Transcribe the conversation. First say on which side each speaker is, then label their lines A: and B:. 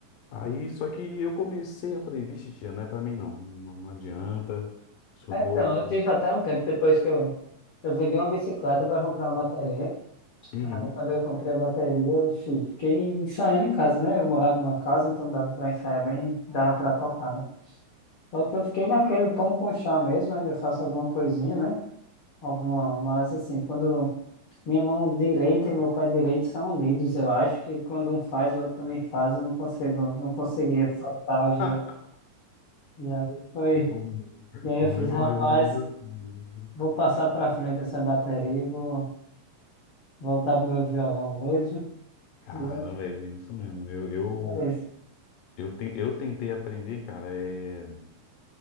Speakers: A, on the left; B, on the left.
A: Aí, só que eu comecei, eu falei, vixe, tia, não é pra mim não, não, não adianta, acho que
B: É,
A: eu vou...
B: Então, eu
A: vou-
B: tive até um tempo depois que eu, eu vendi uma bicicleta para comprar uma bateria.
A: Uhum.
B: Aí quando eu comprei a bateria, eu fi- fiquei ensaiando em casa, né? Eu morava numa casa, então dava para ensaiar bem, dava para tocar, né? Só que eu fiquei naquele pão com chá mesmo, ainda faço alguma coisinha, né? Alguma, mas assim, quando minha mão direita e meu pé direito são unidos, eu acho que quando um faz, o outro também faz, eu não consigo, não conseguia soltar os
A: <laughs>
B: dois. E aí foi,
A: O
B: e aí eu
A: o
B: fiz,
A: meu
B: rapaz,
A: é mais ou menos assim.
B: vou passar para frente essa bateria e vou voltar pro meu violão mesmo.
A: Caramba,
B: E
A: é bem isso mesmo. Eu, eu,
B: é isso.
A: eu, ten- eu tentei aprender, cara, é...